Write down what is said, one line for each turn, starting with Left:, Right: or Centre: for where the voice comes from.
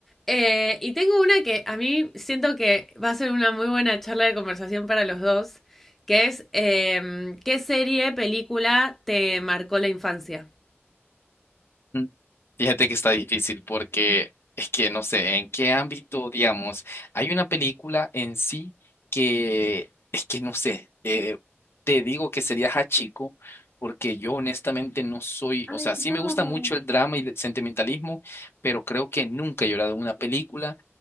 Centre: Eh, y tengo una que a mí siento que va a ser una muy buena charla de conversación para los dos, que es em, ¿qué serie, película te marcó la infancia?
Left: Mm. Fíjate que está difícil porque es que no sé en qué ámbito, digamos, hay una película en sí que es que no sé, eh, te digo que sería Hachiko porque yo honestamente no soy,
Centre: Ay,
Left: o sea,
Centre: no.
Left: sí me gusta mucho el drama y el sentimentalismo, pero creo que nunca he llorado en una película.